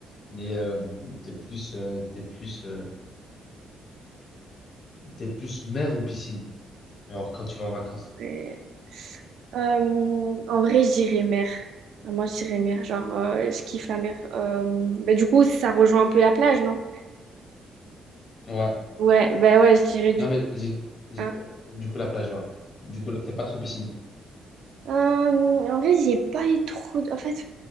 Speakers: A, on the left; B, on the right.
A: Mais euh, t'es plus, euh, t'es plus, euh, t'es plus mer ou piscine? Alors, quand tu vas en vacances.
B: Ouais. Euh, en vrai, je dirais mer. Enfin, Moi, je dirais mer. Genre, euh, je kiffe la mer. Euh, bah, du coup, ça rejoint un peu la plage, non?
A: Ouais.
B: Ouais, bah ouais, je dirais du
A: Non, mais
B: coup.
A: j'ai, j'ai-
B: hein.
A: euh, du coup, la plage, ouais. Du coup, là, t'es pas trop piscine.
B: Euh, en vrai, j'ai pas eu trop. En fait,